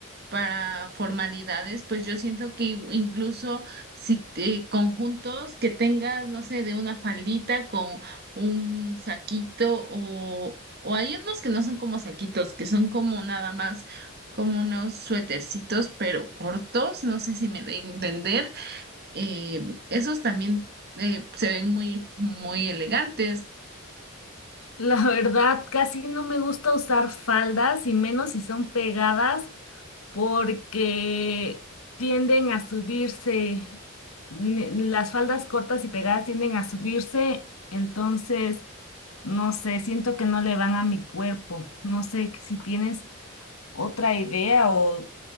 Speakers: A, on the right; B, on the left.
A: para formalidades, pues yo siento que i- incluso si te- conjuntos que tengas, no sé, de una faldita con un saquito o, o hay unos que no son como saquitos, que son como nada más como unos suétercitos, pero cortos, no sé si me de entender, eh, esos también eh, se ven muy, muy elegantes.
B: La verdad, casi no me gusta usar faldas y menos si son pegadas porque tienden a subirse, mm, las faldas cortas y pegadas tienden a subirse, entonces, no sé, siento que no le van a mi cuerpo. No sé si tienes otra idea o